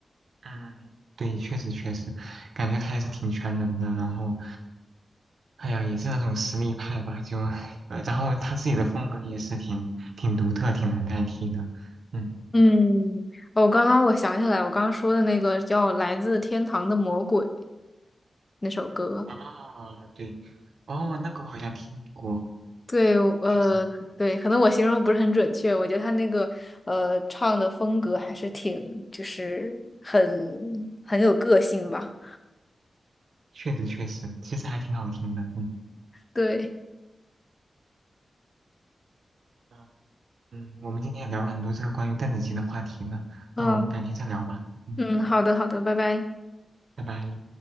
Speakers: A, on the right; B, on the left.
A: 嗯，对，确实确实，感觉他也是挺全能的，然后，哎呀，也是那种实力派吧，就，<laughs> 然后他自己的风格也是挺挺独特、挺难代替的，嗯。
B: 嗯，哦，刚刚我想起来，我刚刚说的那个叫《来自天堂的魔鬼》那首歌。
A: 啊，对，哦，那个我好像听过，
B: 对，呃，
A: 确实，
B: 对，可能我形容不是很准确，我觉得他那个呃唱的风格还是挺，就是很很有个性吧。
A: 确实，确实，其实还挺好听的，嗯
B: 对，
A: 嗯，嗯，我们今天也聊了很多这个关于邓紫棋的话题呢，
B: 嗯
A: 那我们改天再聊吧，嗯，
B: 嗯，好的好的，拜拜。
A: 拜拜。